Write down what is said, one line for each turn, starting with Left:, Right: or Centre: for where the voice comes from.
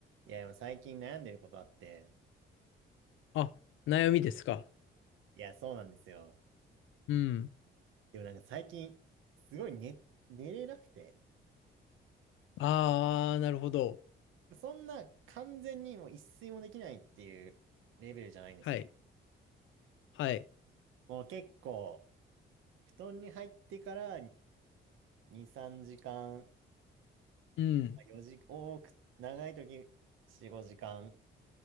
Right: いや、でも最近悩んでることあって、
Left: あ、悩みですか。
Right: いや、そうなんですよ。
Left: うん。
Right: でもなんか最近、すごい寝、寝れなくて、
Left: ああ、なるほど。
Right: そんな完全にもう一睡もできないっていうレベルじゃないんですけど、
Left: はい。はい。
Right: もう結構、布団に入ってから2、3時間、
Left: うん。
Right: 4時、多く、長い時4、5時間。